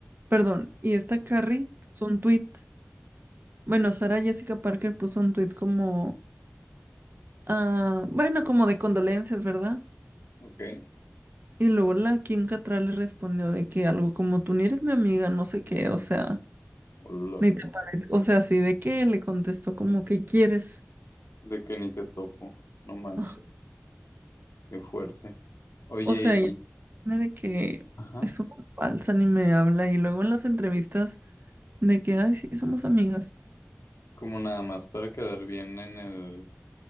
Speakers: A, on the right (about 45°); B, on the left (about 65°).
A: perdón, y esta Carrie puso un tweet. Bueno, Sara Jessica Parker puso un tweet como, ah, bueno, como de condolencias, ¿verdad?
B: ok,
A: Y luego la Kim Cattrall le respondió de que algo como tú ni eres mi amiga, no sé qué, o sea,
B: hola.
A: ni te parezco, o sea, así de que le contestó como que quieres.
B: de que ni te topo, no manches,
A: Ah,
B: qué fuerte. Oye,
A: O sea, ella
B: y
A: tiene de que
B: ajá,
A: es una falsa ni me habla y luego en las entrevistas de que, ay, sí, somos amigas.
B: como nada más para quedar bien en el,